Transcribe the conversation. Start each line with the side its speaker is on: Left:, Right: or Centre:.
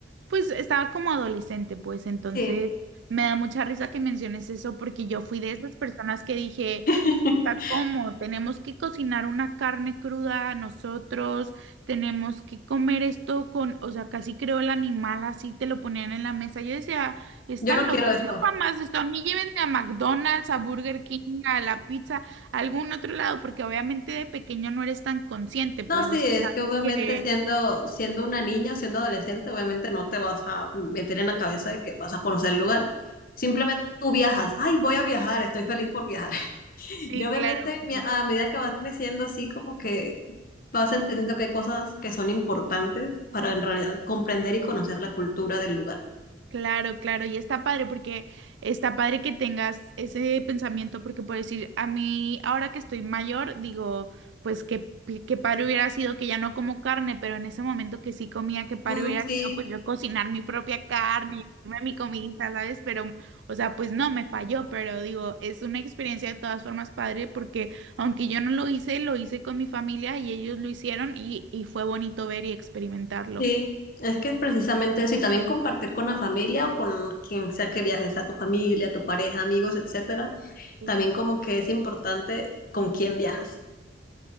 Right: Pues estaba como adolescente, pues entonces
Left: Sí.
Right: me da mucha risa que menciones eso porque yo fui de esas personas que dije,
Left: <laughs>
Right: "Puta, ¿cómo? Tenemos que cocinar una carne cruda nosotros, tenemos que comer esto con, o sea, casi creo el animal así te lo ponían en la mesa. Yo decía, están
Left: Yo no quiero
Right: locos,
Left: eso.
Right: yo jamás esto, a mí llévenme a McDonald's, a Burger King, a la pizza, a algún otro lado, porque obviamente de pequeño no eres tan consciente, pues,
Left: No, sí,
Right: o sea,
Left: es que obviamente
Right: sabes que
Left: siendo, siendo una niña siendo adolescente, obviamente no te vas a meter en la cabeza de que vas a conocer el lugar. Simplemente tú viajas. Ay, voy a viajar, estoy feliz por viajar. <laughs>
Right: sí,
Left: Y obviamente
Right: claro, pero...
Left: mi- a medida que vas creciendo, así como que vas entendiendo que hay cosas que son importantes para en realidad comprender y conocer la cultura del lugar.
Right: Claro, claro, y está padre porque está padre que tengas ese pensamiento porque por decir, a mí ahora que estoy mayor, digo, pues que, que padre hubiera sido que ya no como carne, pero en ese momento que sí comía, que padre
Left: Mm,
Right: hubiera
Left: sí.
Right: sido pues yo cocinar mi propia carne y hacerme mi comida, ¿sabes? Pero, o sea, pues no, me falló, pero digo, es una experiencia de todas formas padre porque aunque yo no lo hice, lo hice con mi familia y ellos lo hicieron y, y fue bonito ver y experimentarlo.
Left: Sí, es que es precisamente eso, y también compartir con la familia o con quien sea que viajes, a tu familia, tu pareja, amigos, etcétera.
Right: Claro,
Left: También como que es importante con quién viajas